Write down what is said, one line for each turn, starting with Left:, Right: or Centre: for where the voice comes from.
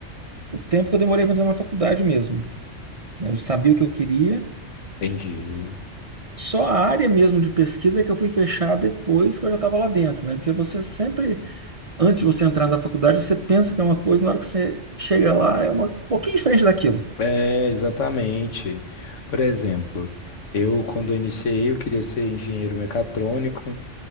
Right: o tempo que eu demorei para entrar na faculdade mesmo. né? Eu sabia o que eu queria.
Left: Entendi.
Right: Só a área mesmo de pesquisa é que eu fui fechar depois que eu já estava lá dentro, né? Porque você sempre Antes de você entrar na faculdade, você pensa que é uma coisa, na hora que você chega lá, é uma um pouquinho diferente daquilo.
Left: É, exatamente. Por exemplo, eu quando eu iniciei, eu queria ser engenheiro mecatrônico,